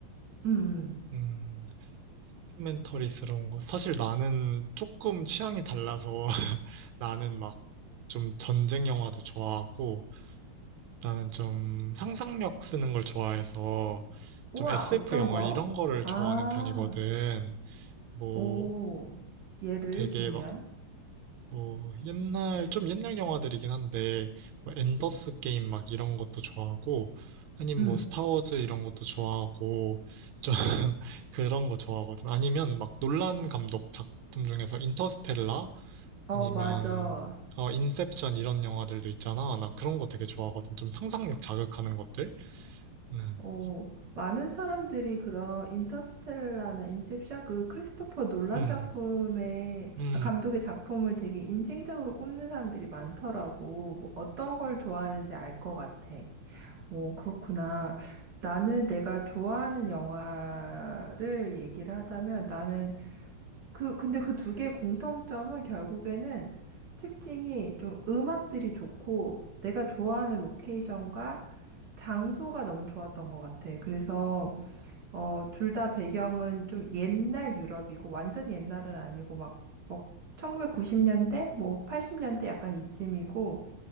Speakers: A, on the right; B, on the right.
A: 음, 음.
B: 음, 다큐멘터리스러운 거. 사실 나는 조금 취향이 달라서 <laughs> 나는 막 좀 전쟁 영화도 좋아하고, 나는 좀 상상력 쓰는 걸 좋아해서
A: 우와,
B: 좀 SF
A: 어떤
B: 영화
A: 거?
B: 이런 거를
A: 아,
B: 좋아하는 편이거든. 뭐
A: 오, 예를
B: 되게
A: 들면,
B: 막 뭐 옛날 좀 옛날 영화들이긴 한데 뭐 엔더스 게임 막 이런 것도 좋아하고 아니면
A: 음,
B: 뭐 스타워즈 이런 것도 좋아하고 좀 <laughs> 그런 거 좋아하거든. 아니면 막 놀란 감독 작품 중에서 인터스텔라
A: 어,
B: 아니면
A: 맞아.
B: 어 인셉션 이런 영화들도 있잖아. 나 그런 거 되게 좋아하거든. 좀 상상력 자극하는 것들. 음.
A: 오, 많은 사람들이 그런 인터스텔라나 인셉션 그 크리스토퍼 놀란
B: 음,
A: 작품의
B: 음.
A: 아, 감독의 작품을 되게 인생적으로 꼽는 사람들이 많더라고. 뭐 어떤 걸 좋아하는지 알 것 같아. 오, 그렇구나. 나는 내가 좋아하는 영화를 얘기를 하자면 나는 그, 근데 그 두 개의 공통점은 결국에는 특징이 좀 음악들이 좋고 내가 좋아하는 로케이션과 장소가 너무 좋았던 것 같아. 그래서, 어, 둘 다 배경은 좀 옛날 유럽이고 완전 옛날은 아니고 막, 뭐 1990년대? 뭐 80년대 약간 이쯤이고